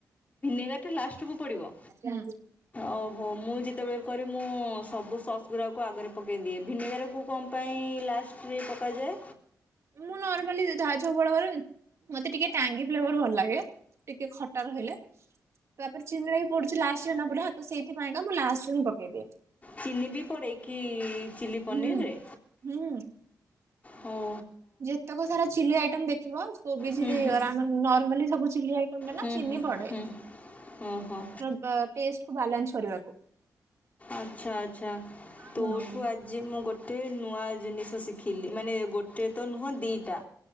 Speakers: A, on the left; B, on the right.
A: ଭିନେଗାର ଟା ଲାଷ୍ଟକୁ ପଡ଼ିବ।
B: ହୁଁ
A: ଓହୋ ମୁଁ ଯେତେବେଳେ କରେ ମୁଁ ସବୁ ସସ୍ ଗୁଡ଼ାକୁ ଆଗରେ ପକାଇଦିଏ ଭିନେଗାରକୁ କମ୍ ପାଇଁ ଲାଷ୍ଟରେ ପକାଯାଏ?
B: ମୁଁ ନର୍ମାଲି <unintelligible> କରେନି। ମତେ ଟିକେ ଟାଙ୍ଗି ଫ୍ଲେର ଭଲ ଲାଗେ ଟିକେ ଖଟା ରହିଲେ। ତାପରେ ଚିିନି ଟା ବି ପଡୁଛି ଲାଷ୍ଟ ରେ ନା ପୁରା ତ ସେଇଥିପାଇଁକା ମୁଁ ଲାଷ୍ଟରେ ହିଁ ପକେଇଦିଏ।
A: ଚିନି ବି ପଡେକି ଚିଲି ପନିରରେ?
B: ହୁଁ ହୁଁ
A: ହଉ।
B: ଯେତେକ ସାରା ଚିଲି ଆଇଟମ ଦେଖିବ କୋବି
A: ହୁଁ
B: ଚିଲି ହେଇଗଲା
A: ହୁଁ
B: ନର୍ମାଲି ସବୁ ଚିଲି ଆଇଟମ ଟା ନା
A: ହୁଁ
B: ଚିନି
A: ହୁଁ
B: ପଡେ।
A: ହୁଁ ହୋ ହୋ।
B: ତ ଟେଷ୍ଟକୁୁ ବାଲାନ୍ସ କରିବାକୁ।
A: ଆଚ୍ଛା ଆଚ୍ଛା ତୋଠୁ
B: ହୁଁ।
A: ଆଜି ମୁଁ ଗୋ ଟେ ନୂଆ ଜିନିଷ ଶିଖିଲି ମାନେ ଗୋଟେ ତ ନୁହଁ ଦିଟା।